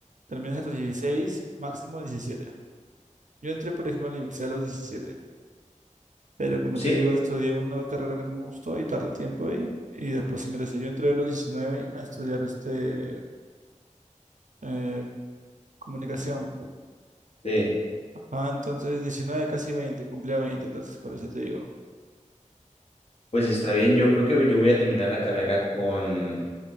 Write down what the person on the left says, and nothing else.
sí,
sí.
Pues está bien, yo creo que yo voy a terminar la carrera con...